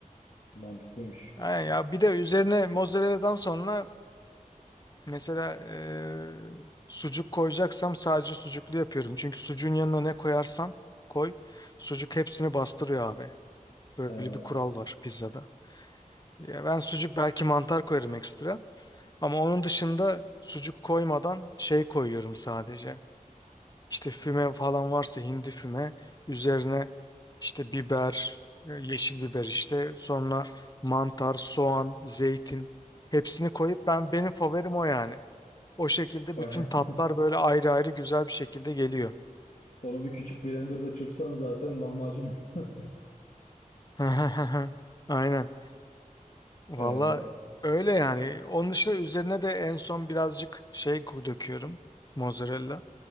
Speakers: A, on the left; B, on the left.
A: mantıklıymış.
B: Aynen ya bir de üzerine mozzarella'dan sonra Mesela eee, sucuk koyacaksam sadece sucuklu yapıyorum. Çünkü sucuğun yanına ne koyarsan koy, sucuk hepsini bastırıyor abi. Böyle
A: Ee,
B: bir kural var pizzada. Ya ben sucuk belki mantar koyarım ekstra. Ama onun dışında sucuk koymadan şey koyuyorum sadece. İşte füme falan varsa hindi füme, üzerine işte biber, e, yeşil biber işte, sonra mantar, soğan, zeytin hepsini koyup ben benim favorim o yani. O şekilde
A: bayağı-
B: bütün tatlar böyle ayrı ayrı güzel bir şekilde geliyor.
A: <laughs> onu bir küçük blenderda çırpsan zaten lahmacun. <laughs>
B: <laughs> Aynen. Valla
A: Ee,
B: öyle yani. Onun dışında üzerine de en son birazcık şey döküyorum. Mozzarella